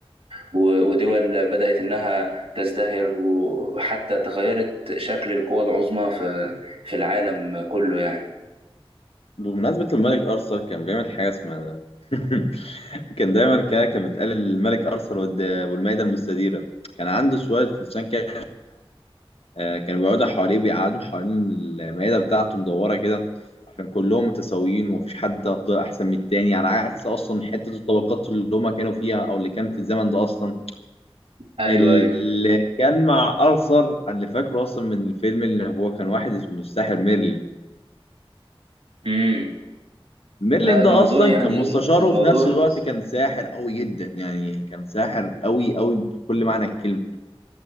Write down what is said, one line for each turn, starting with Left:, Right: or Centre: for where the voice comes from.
Right: و- ودول بدأت إنها تزدهر وحتى تغيرت شكل القوى العظمى في في العالم كله يعني
Left: بمناسبه الملك ارثر كان بيعمل حاجه اسمها <laughs> كان دايما كده كان بيتقال الملك ارثر والد- والمائده المستديره كان عنده شويه فرسان كده آه، كانوا بيقعدوا حواليه بيقعدوا حوالين المائدة بتاعته مدورة كده عشان كلهم متساويين ومفيش حد أفضل أحسن من التاني على عكس أصلا حتة الطبقات اللي هما كانوا فيها أو اللي كان في الزمن ده أصلا
Right: أيوه
Left: اللي
Right: أيوه
Left: كان مع أرثر اللي فاكره أصلا من الفيلم اللي هو كان واحد اسمه الساحر ميرلين
Right: امم
Left: ميرلين
Right: لا الموضوع
Left: ده أصلا
Right: يعني
Left: كان مستشاره
Right: الم- الموضوع
Left: وفي نفس الوقت كان ساحر قوي جدا يعني كان ساحر قوي قوي بكل معنى الكلمة